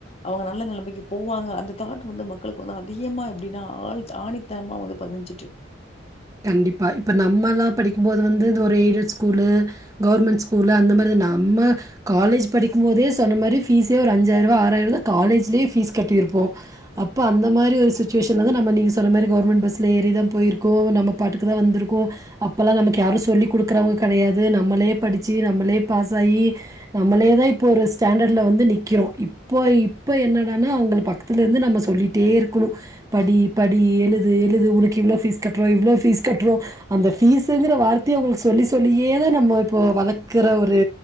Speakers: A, on the left; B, on the right.
A: அவுங்க நல்ல நெலமைக்கு போவாங்க அந்த தாட் வந்து மக்களுக்கு வந்து அதிகமா எப்டின்னா ஆழ் ஆணித்தனமா வந்து பதிஞ்சிட்டு
B: கண்டிப்பா இப்போ நம்மலா படிக்கு போது வந்து ஒரு எய்டட் ஸ்கூலு கவுர்மெண்ட் ஸ்கூலு அந்த மாரி நம்ம காலேஜ் படிக்கு போதே சொன்ன மாரி ஃபீஸே ஒரு அஞ்சாயிர ரூபா ஆறாயிர ரூபா காலேஜ்லேயே ஃபீஸ் கட்டியிருப்போ அப்போ அந்த மாரி ஒரு சுச்சுவேஷன்ல தா நம்ம நீங்க சொன்ன மாரி கவுர்மெண்ட் பஸ்ல ஏறிதா போயிருகோ நம்ம இப்போ பாட்டுக்கு தா வந்திருக்கோ அப்போல்லா நமக்கு யாரு சொல்லிக் குடுக்குறவங்க கெடையாது நம்மளே படிச்சி நம்மளே பாஸ் ஆயி நம்மளே தா இப்போ ஒரு ஸ்டாண்டர்டில் வந்து நிற்கிறோ இப்போ இப்போ என்னடனா அவுங்க பக்கத்துலேருந்து நம்ம சொல்லிட்டே இருக்கணு படி படி எழுது எழுது உனக்கு இவ்ளோ ஃபீஸ் கட்டுறோ இவ்ளோ ஃபீஸ் கட்டுறோ அந்த ஃபீஸுங்கிற வார்த்தைய அவுங்களுக்கு சொல்லி சொல்லியே தா நம்மோ இப்போ வளக்கற ஒரு